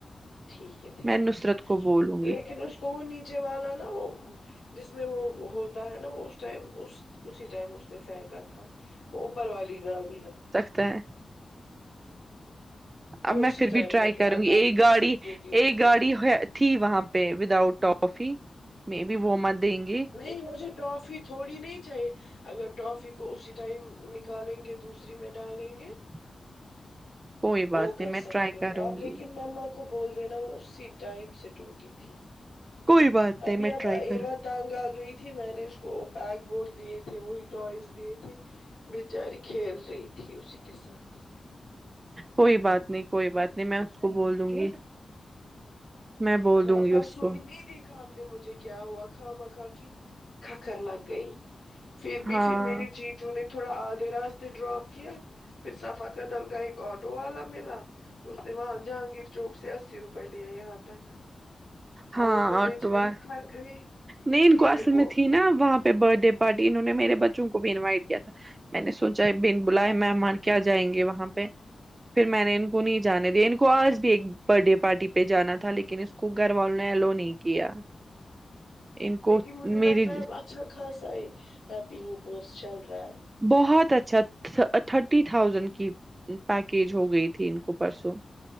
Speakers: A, on the left; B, on the right.
A: ٹھیک ہے تھینک
B: میں نصرت
A: یو
B: کو بولوں گی
A: لیکن اس کو وہ نیچے والا نا وہ جس میں وہ ہوتا ہے نا وہ اس ٹائم اسی ٹائم اس نے پھینکا تھا وہ اوپر والی گی ہے
B: پ
A: وہ
B: اب میں
A: اسی
B: پھر بھی
A: ٹائم
B: ٹرائی
A: لیکن
B: کروں
A: اللہ
B: گی یہ
A: کی
B: گاڑی
A: قسم ٹوٹی
B: یہ
A: ہوئی تھی
B: گاڑی تھی وہاں پہ وداؤٹ ٹافی م بی وہ مت دیں گے
A: نہیں مجھے ٹافی تھوڑی نہیں چاہیے اگر ٹافی کو اسی ٹائم نکالیں گے دوسری میں ڈالیں گے
B: <inaudible> کوئی
A: وہ
B: بات نہیں
A: کر
B: میں
A: سکتی
B: ٹرائی
A: ہوں
B: کروں
A: آپ
B: گی
A: لیکن مما کو بول دینا وہ اسی ٹائم سے ٹوٹی تھی
B: کوئی بات نہیں
A: ابھی
B: میں
A: آب
B: ٹرائی کروں
A: ٹانگ آ گئی تھی میں نے اس کو پیک بورڈ دیے تھے وہی ٹوائز دیے تھے بیچاری کھیل رہی تھی اسی کے ساتھ
B: کوئی بات نہیں کوئی بات نہیں میں اس کو بول دوں گی میں بول
A: ہاں
B: دوں گی
A: پرسوں
B: اس کو
A: بھی نہیں تھی آابپ نے مجھے کیا ہوا کھا ما کھا کے کھکھر لگ گئی پھر بھی
B: ہاں
A: پھر میری جی جو نے تھوڑا آدھے راستے ڈراپ کیا پھر سفا کا دل کا ایک آٹو والا ملا اس نے وہاں جہانگیر چوک سے اسی روپئے لے یہاں تک
B: ہاں
A: آئزل
B: آٹوا
A: بیچاری تھک گئی
B: ن ان
A: تھی
B: کو اصل
A: پھر وہ
B: میں تھی نا وہاں پہ برت ڈے پارٹی انہوں نے میرے بچوں کو بھی انوائٹ کیا تھا میں نے سوچا ہے بن بلاائے مہمان کیا جائیں گے وہاں پہ پھر میں نے ان کو نہیں جانے دیا ان کو آج بھی ایک برتھ ڈے پارٹی پہ جانا تھا لیکن اس کو گھر والوں نے ایلو نہیں کیا ان کو
A: لیکن مجھے
B: میری
A: لگتا ہے اب اچھا خاصا یہ ہیپی ہوپرس چل رہا ہے
B: بہت اچھا تھرٹی تھاؤزینڈ کی پیکیج ہو گئی تھی ان کو پرسوں